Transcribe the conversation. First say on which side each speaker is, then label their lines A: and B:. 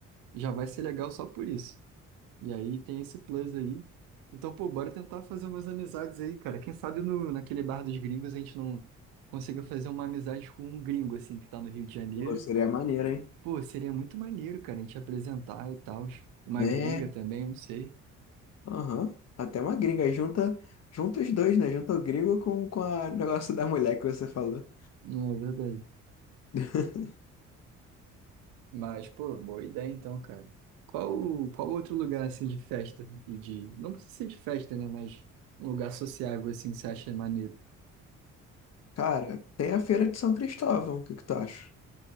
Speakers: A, on the right; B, on the left.
A: já vai ser legal só por isso. E aí tem esse plus aí. Então, pô, bora tentar fazer umas amizades aí, cara. Quem sabe no, naquele bar dos gringos a gente não consiga fazer uma amizade com um gringo, assim, que tá no Rio de Janeiro.
B: Pô, seria maneiro, hein?
A: Pô, seria muito maneiro, cara, a gente apresentar e tal. Uma
B: É,
A: gringa também, não sei.
B: aham. Até uma gringa. Junta, junta os dois, né? Junta o gringo com, com a- o negócio da mulher que você falou.
A: Não é verdade.
B: <laughs>
A: Mas, pô, boa ideia então, cara. Qual, qual outro lugar, assim, de festa e de... Não precisa ser de festa, né? Mas um lugar sociável, assim, que você acha maneiro?
B: Cara, tem a feira de São Cristóvão. O que que tu acha?